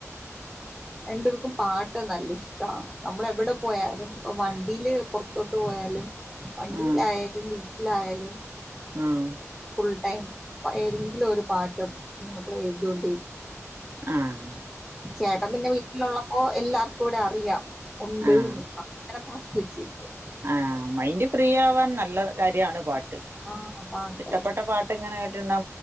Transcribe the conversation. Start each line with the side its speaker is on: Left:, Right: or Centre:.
Centre: രണ്ടുപേർക്കും പാട്ട് നല്ല ഇഷ്ടമാണ് നമ്മൾ എവിടെ പോയാലും ഇപ്പൊ വണ്ടിയില് പുറത്തോട്ട് പോയാലും വണ്ടീലായാലും
Right: ആഹ്
Centre: വീട്ടിലായാലും
Right: ആഹ്
Centre: ഫുൾ ടൈം ഏതെങ്കിലും ഒരു പാട്ട് ഇങ്ങനെ പ്ലേ ചെയ്തോണ്ടേ ഇരി
Right: ആഹ്
Centre: ചേട്ടൻ പിന്നെ വീട്ടിലുള്ളപ്പോ എല്ലാർക്കും ഇവിടെ അറിയാം ഉണ്ട്ന്ന്
Right: ആഹ്
Centre: അങ്ങനെ പാട്ട് വെച്ചേക്കും
Right: ആഹ് മൈൻഡ് ഫ്രീ ആവാൻ നല്ല കാര്യാണ് പാട്ട്
Centre: ആഹ് പാട്ട്
Right: ഇഷ്ടപ്പെട്ട പാ ട്ട് ഇങ്ങനെ കേട്ട്ന്ന